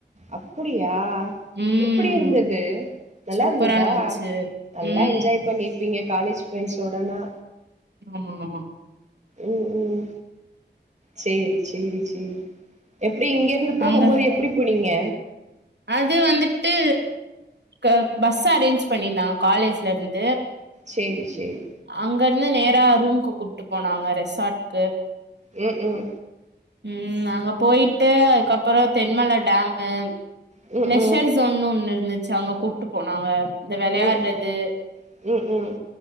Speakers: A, on the right; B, on the right.
A: அப்புடியா
B: ம்
A: எப்புடியிருந்தது நல்லாருந்ததா
B: சூப்பரா இருந்துச்சு
A: நல்லா
B: ம்
A: என்ஜாய் பண்ணிருப்பிங்க காலேஜ் ஃப்ரெண்ஸ்சோடனா
B: ஆமா ஆமா
A: ம் ம் சேரி சேரி சேரி எப் ப்டி இங்கெருந்து போகும்போது
B: அங்க
A: எப்டி போனிங்க
B: அது வந்துட்டு க பஸ் அரேஞ்ச் பண்ணியிருந்தகா காலேஜ்லயிருந்து
A: சேரி சேரி
B: அங்கருந்து நேரா ரூம்கு கூட் ட்டு போனாக ரெசட்கு
A: ம்ம்
B: ம் நாங்க போயிட்டு அதுகப்புற தென்மலடேமு
A: ம்
B: லெஷர்
A: ம்
B: ஜோனு ஒன்னு இருந்து வச்ச அங்க கூட்டு போனாங்க இந்த விளையாறது
A: ம் ம் ம்